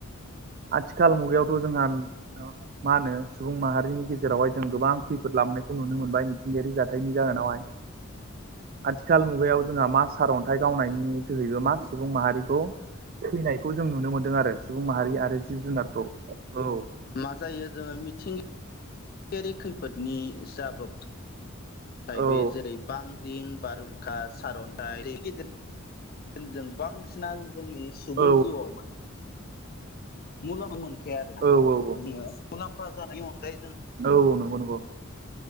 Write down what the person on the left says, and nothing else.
मा जायो जोङो मिथिंगायाव। भिथिंगातारि खैफोदनि जाब्राबथाय।
बे जेरै बांग्रिं बारहुंखा सार अन्थाइ गेजेर जों बांसिना जोंनि सुबुं
जिउआव माने मुलाम्फा मोनखाया आरोना
जोङो मुलाम्फा जानायनि अनगायै जोङो